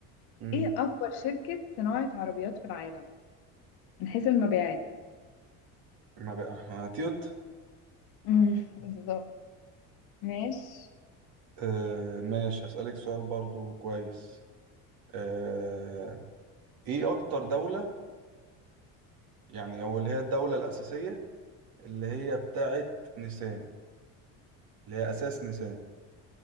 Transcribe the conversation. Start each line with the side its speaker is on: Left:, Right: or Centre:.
Right: امم
Left: ايه اكبر شركة صناعة عربيات في العالم من حيث المبيعات
Right: ما بقى ها، تيوتا
Left: امم بالظبط ماشي
Right: آه ماشي هسألك سؤال برضو كويس آه ايه اكتر دولة يعني او اللي هي الدولة الأساسية اللي هي بتاعت نيسان اللي هي أساس نيسان